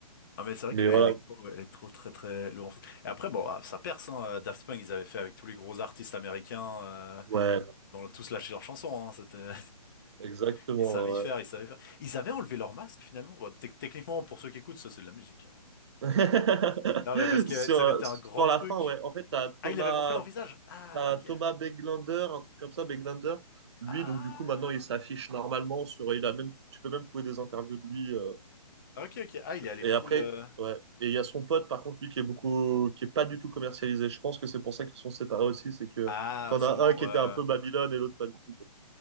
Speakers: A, on the left; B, on the right.
A: Ah, mais c'est vrai
B: Mais
A: que
B: voilà,
A: euh, Electro, ouais, Electro, très, très lourd en foot. Et après, bon, ah, ça perce, hein. euh, Daft Punk, ils avaient fait avec tous les gros artistes américains, euh,
B: ouais,
A: ils ont tous lâché leurs chansons, hein. C'était,
B: exactement.
A: Ils savent y faire,
B: ouais.
A: ils savent y faire. Ils avaient enlevé leur masque finalement. Bon, tec- techniquement, pour ceux qui écoutent, ça c'est de la musique. hein.
B: <laughs>
A: Attention. Non mais parce que
B: Sur,
A: ça
B: euh,
A: avait été
B: sur
A: un grand
B: la
A: truc.
B: fin, ouais. En fait, t'as Thomas,
A: Ah, il avait montré leur visage. Ah,
B: t'as
A: ok.
B: Thomas Beglander, un truc comme ça, Beglander. Lui,
A: Ah.
B: donc du coup, maintenant, il s'affiche normalement sur. Il a même, tu peux même trouver des interviews de lui. euh,
A: Ok, ok. Ah, il est allé
B: Et
A: full.
B: après,
A: euh,
B: ouais. Et il y a son pote, par contre, lui, qui est beaucoup, qui est pas du tout commercialisé. Je pense que c'est pour ça qu'ils sont séparés aussi, c'est que
A: Ah,
B: t'en
A: sûrement.
B: as un qui
A: ouais.
B: était un peu Babylone et l'autre pas du tout, quoi.